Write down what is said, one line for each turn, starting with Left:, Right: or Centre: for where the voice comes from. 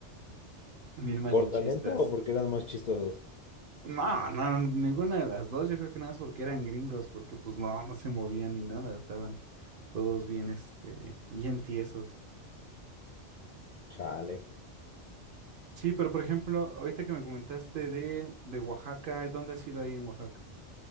Right: <laughs> Bien malinchistas.
Left: ¿Por talento o porque eran más chistosos?
Right: No, no, ninguna de las dos. Yo creo que nada más porque eran gringos, porque pues no, no se movían ni nada. Estaban todos bien, este, bien tiesos.
Left: Chale.
Right: Sí, pero por ejemplo, ahorita que me comentaste de, de Oaxaca, ¿dónde has ido ahí en Oaxaca?